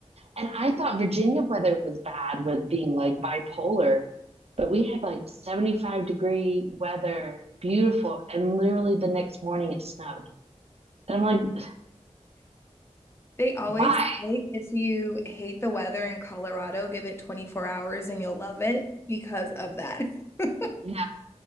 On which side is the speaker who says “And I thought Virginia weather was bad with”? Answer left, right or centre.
Right